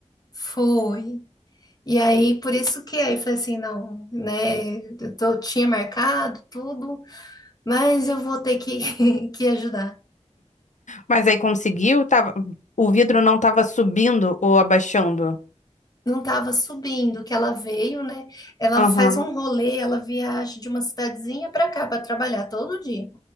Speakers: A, on the left; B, on the left.
A: Foi. E aí, por isso que aí eu falei assim, não, né? Eu tô- tinha marcado tudo. mas eu vou ter que, <laughs> que ajudar.
B: Mas aí conseguiu? Tava... O vidro não tava subindo ou abaixando?
A: Não estava subindo, que ela veio, né? Ela
B: Aham.
A: faz um rolê, ela viaja de uma cidadezinha para cá para trabalhar todo dia.